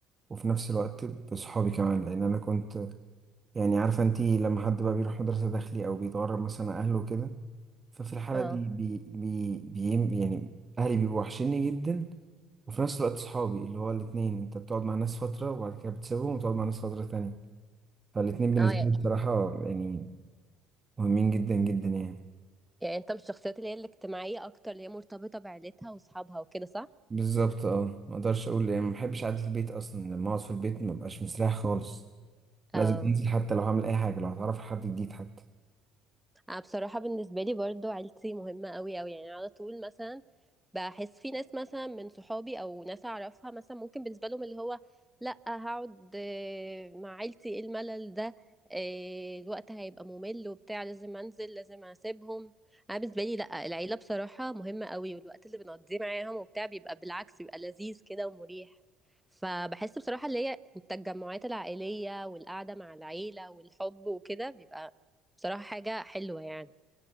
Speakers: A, on the right (about 25°); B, in the centre.
A: وفي نفس الوقت بصحابي كمان لان انا كنت يعني عارفه انتي لما حد بقى بيروح مدرسه داخلي او بيتغرب مثلا عن اهله كده ففي الحاله
B: اه
A: دي بي بي بي يعني اهلي بيبقوا وحشيني جدا وفي نفس الوقت صحابي اللي هو الاتنين انت بتقعد مع ناس فتره وبعد كده بتسيبهم وتقعد مع ناس فتره تانية فالاتنين بالنسبه
B: اه يعني,
A: لي بصراحه يعني مهمين جدا جدا يعني
B: يعني انت من الشخصيات اللي هي الاجتماعيه اكتر اللي هي مرتبطه بعيلتها وصحابها وكده صح
A: بالظبط اه ما اقدرش اقول يعني ما بحبش قعده البيت اصلا لما اقعد في البيت ما ببقاش مستريح خالص لازم
B: اه
A: انزل حتى لو هعمل اي حاجه لو هتعرف على حد جديد حتى
B: أنا بصراحة بالنسبة لي برضو عيلتي مهمة قوي قوي يعني على طول مثلا بحس في ناس مثلا من صحابي او ناس اعرفها مثلا ممكن بالنسبه لهم اللي هو لا هقعد آه، مع عيلتي ايه الملل ده آه، الوقت هيبقى ممل وبتاع لازم انزل لازم اسيبهم انا بالنسبه لي لا العيله بصراحه مهمه قوي والوقت اللي بنقضيه معاهم وبتاع بيبقى بالعكس بيبقى لذيذ كده ومريح فبحس بصراحه اللي هي التجمعات العائليه والقعده مع العيله والحب وكده بيبقى بصراحة حاجة حلوة يعني